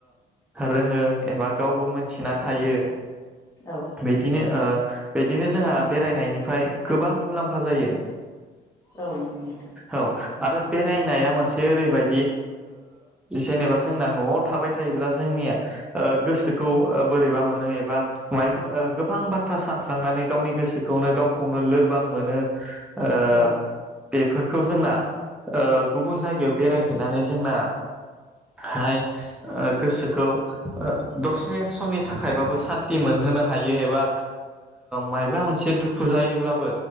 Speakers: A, in the centre; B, on the left.
A: रोङो एबा गावबो मोनथिना थायो
B: औ
A: बिदिनो ओ बिदिनो जोंहा बेरायनायनिफ्राय गोबां मुलाम्फा जायो
B: औ नंगौ नोंथां
A: औ आरो बेरायनाया मोनसे एसे ओरैबायदि जेनेबा जोंना न'आव थाबाय थायोब्ला जोंनिया गोसोखौ बोरैबा मोनो एबा माइफ गोबां बाथ्रा सानफ्लांनानै गावनि गोसोखौनो गावखौनो लोरबां मोनो ओ
B: औ
A: बेफोरखौ जोंना गुबुन जायगायाव बेरायहैनानै जोंना हाय गोसोखौ दसे समनि थाखायबाबो सान्थि मोनहोनो हायो एबा मबा मोनसे दुखु जायोब्लाबो